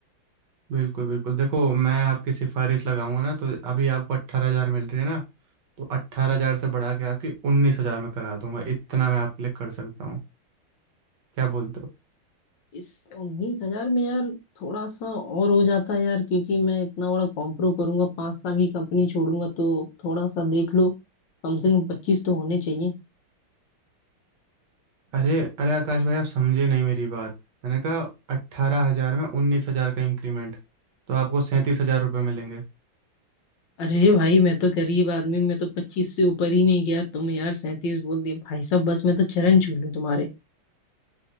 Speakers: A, on the right; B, on the left.
A: बिल्कुल बिल्कुल देखो मैं आपकी सिफारिश लगाऊंगा ना तो अभी आपको अट्ठारह हजार मिल रही है ना तो अट्ठारह हजार से बढ़ा के आपकी उन्नीस हजार में करा दूंगा इतना मैं आपके लिए कर सकता हूँ क्या बोलते हो
B: इस उन्नीस हजार में यार थोड़ा सा और हो जाता है यार क्योंकि मैं इतना बड़ा कॉम्प्रो करूंगा पांच साल की कंपनी छोड़ूंगा तो थोड़ा सा देख लो कम से कम पच्चीस तो होने चाहिए
A: अरे अरे आकाश भाई आप समझे नहीं मेरी बात मैंने कहा अट्ठारह हजार में उन्नीस हजार का इंक्रीमेंट तो आपको सैंतीस हजार रुपये मिलेंगे
B: अरे भाई मैं तो गरीब आदमी मैं तो पच्चीस से ऊपर ही नहीं गया तुम यार सैंतीस बोल दिए भाई साहब बस मैं तो चरण छू लूं तुम्हारे